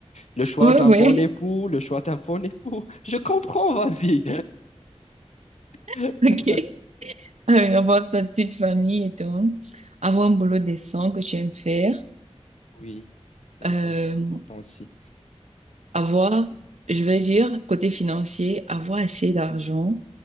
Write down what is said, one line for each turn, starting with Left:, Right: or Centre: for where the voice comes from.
Left: Le choix
Right: Ouais,
Left: d'un
Right: ouais,
Left: bon époux, le choix d'un bon époux. Je comprends, vas-y. <laughs>
Right: <laughs> ok. Euh, avoir ta petite famille et tout. Avoir un boulot décent que tu aimes faire.
Left: Oui, oui,
Right: Euh,
Left: ça c'est important aussi.
Right: avoir, je vais dire, côté financier, avoir assez d'argent